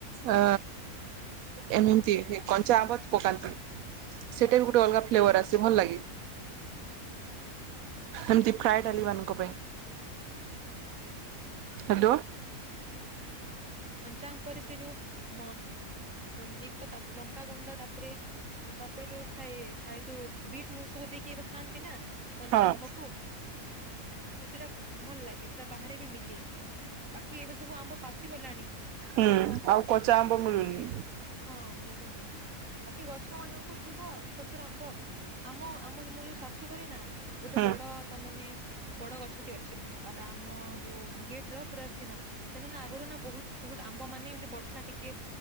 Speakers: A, on the right (about 75°); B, on the right (about 55°).
A: ଅ ଏମିତି କଞ୍ଚା ଆମ୍ୱ ପକାନ୍ତି। ସେଇଟା ବି ଗୋଟେ ଅଲଗା ଫ୍ଲେବର ଆସେ ଭଲଲାଗେ ଏମିତି ଫ୍ଲାଏ ଡାଲି ମାନଙ୍କ ପାଇଁ ହାଲୋ
B: ପଞ୍ଚାମ ପରେ ସେ ଯୋଉ ମ ମିଶ ତାରେ ଲଙ୍କାଗୁଣ୍ଡ ତାପରେ ତାପରେ ଯୋଉ ଥାଏ ସ ବିଟ୍ ନୁ ସବୁ ଦେଇକି ଏବେ ଖାଆନ୍ତି ନା କଞ୍ଚା
A: ହଁ
B: ଆମ୍ବକୁ ସେଇଟା ଭଲ ଲାଗେ ସେଇଟା ବାହାରେ ବି ମିଲେ ବାକି ଏବେ ସବୁ ଆମ୍ବ ପାଚି ଗଲାଣି
A: ହୁଁ
B: ତ
A: ଆଉ କଚା ଆମ୍ବ ମିଳୁନି
B: ହଁ ମିଲୁନି ବାକି ଗଛ ମାନଙ୍କୁ ଥିବ ଛୋଟ ଛୋଟ ଆମ୍ବ ଆମ ଆମ ମୋ ଯୋଉ ଶାଶୁ ଘରେ ନା ଗୋଟେ
A: ହୁଁ
B: ବଡ ତାମାନେ ବଡ ଗଛଟି ଅଛି ପାର ଆମ ଯୋଉ ଗେଟ ର ପୁରା ସେ ଆଗରୁ ନା ବହୁତ ଛୋଟ ଛୋଟ ଆମ୍ବ ମାନ ଏମ ବର୍ଷା ଟିକେ